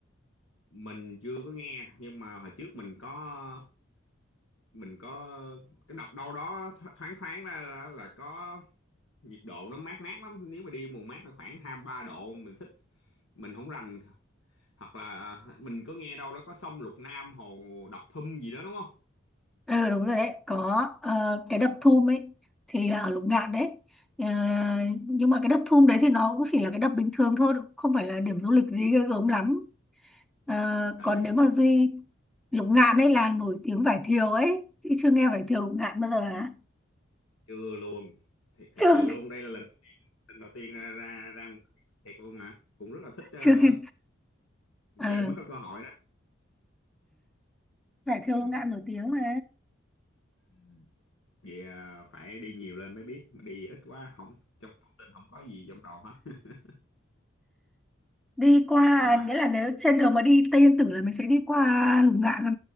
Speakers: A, on the left (about 85°); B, in the centre.
A: mình chưa có nghe nhưng mà hồi trước mình có mình có cái đọc đâu đó tho- thoáng thoáng ra là, là có nhiệt độ nó mát mát lắm nếu mà đi mùa mát là khoảng hai ba độ mình thích mình không rành hoặc là à, mình có nghe đâu đó có sông Lục Nam hồ Đập Thum gì đó đúng không
B: ờ đúng rồi đấy có ờ, cái đập Thum ấy thì là ở Lục Ngạn đấy Ờ, nhưng mà cái đập Thum đấy thì nó cũng chỉ là cái đập bình thường thôi không phải là điểm du lịch gì ghê gớm lắm Ờ,
A: tại
B: còn
A: vì
B: nếu mà Duy Lục Ngạn ấy là nổi tiếng vải thiều ấy chị chưa nghe vải thiều Lục Ngạn bao giờ hả
A: chưa luôn thiệt thật
B: <laughs> chưa
A: sự luôn đây là lần đầu tiên, lần đầu tiên ra ra ra một cái thiệt luôn mà cũng rất là thích ờ,
B: chưa nghe.
A: giờ
B: Ờ,
A: cũng mới có cơ hội đó
B: vải thiều Lục
A: <laughs>
B: Ngạn nổi tiếng mà
A: Ừ. vậy ờ, phải đi nhiều lên mới biết mà đi ít quá không trong thông tin không có gì trong đầu hết <laughs>
B: đi qua
A: à mà
B: nghĩa là nếu trên đường mà đi Tây Yên Tử là mình sẽ đi qua Lục Ngạn là,